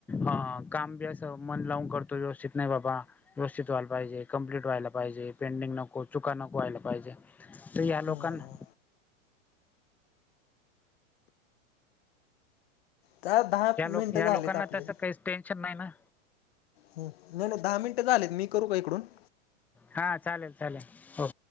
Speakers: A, in the centre; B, on the left.
A: अ काम बी असं मन लावून करतो व्यवस्थित नाही बाबा व्यवस्थित व्हायला पाहिजे कम्प्लीट व्हायला पाहिजे पेंडिंग नको चुका नको व्हायला पाहिजे तर या लोकांना
B: हम्म त्या दहा
A: या
B: मिनटं
A: लोक या
B: झालेत
A: लोकांना
B: आपले
A: तसं काहीच टेन्शन नाही ना
B: हं नाही नाही दहा मिनटे झालेत मी करू का इकडून
A: हा चालेल चालेल हो